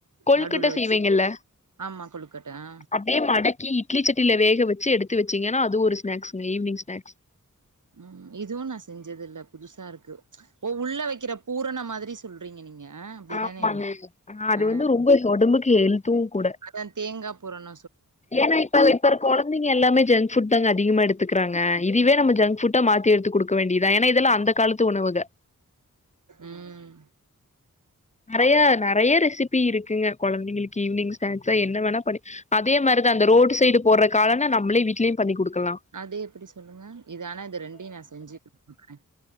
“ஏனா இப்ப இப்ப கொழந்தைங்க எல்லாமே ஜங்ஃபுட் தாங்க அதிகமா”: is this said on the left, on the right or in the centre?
Left